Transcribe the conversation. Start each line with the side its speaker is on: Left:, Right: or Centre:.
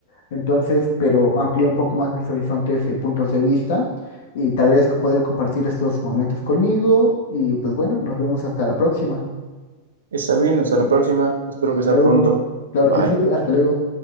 Left: entonces, pero amplía un poco más mis horizontes de puntos de vista y te agradezco poder compartir estos momentos conmigo y pues bueno, nos vemos hasta la próxima.
Right: Está bien, hasta la próxima. Espero que sea
Left: Luego,
Right: pronto.
Left: claro
Right: Bye.
Left: que sí, hasta luego.